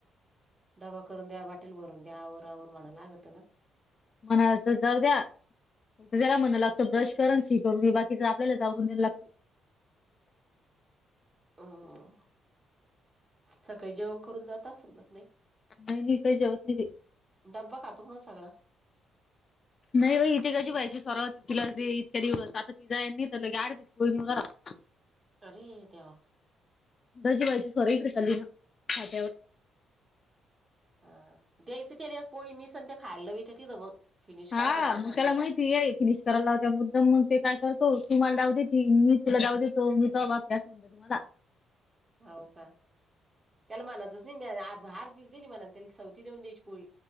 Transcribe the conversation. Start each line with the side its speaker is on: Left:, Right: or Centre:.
Right: डबा करून द्या बाटील भरून द्या आवरआवर म्हणा लागत ना.
Left: म्हणाला तर जाऊ द्या. त्याला म्हण लागतं ब्रश करून शी करून हे बाकीच आपल्याला जावरून द्यां लागतं.
Right: हम्म. सकाळी जेवण करून जात असेल कि नाही.
Left: नाही नाही काही जेवत ती.
Right: ड्ब्बा खातो पण सगळा.
Left: नाही बाई इथे कशी पाहिजे सोराव होती तिला इके दिवस आता ति जाय तर. <inaudible> <unintelligible>
Right: अरे देवा!
Left: दजीबाजी सॉरी इकडे चालली ना खात्यावर.
Right: हा द्यायचं तरी एक पोळी मी संध्या खायला वितं तिथं मग. फिनिश करा
Left: हा
Right: म्हणत्या सगळा.
Left: त्याला माहितीय आहे कि नाही.. कराय लाव त्या मुद्दम म्हणून ते काय करतो तुम्हाला डाव देते मी तुला डाव देतो मी त बा.. <inaudible>
Right: हो का त्याला म्हनातच नाही बाहरसली म्हना त्याला सवती देऊन द्यायची पोळी.